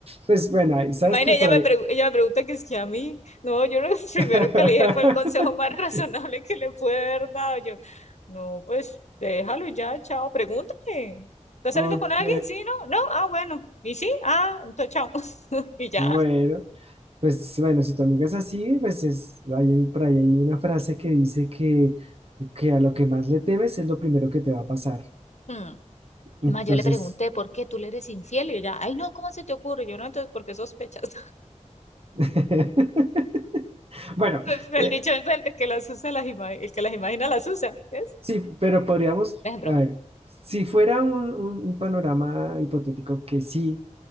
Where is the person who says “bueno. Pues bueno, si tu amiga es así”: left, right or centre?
Right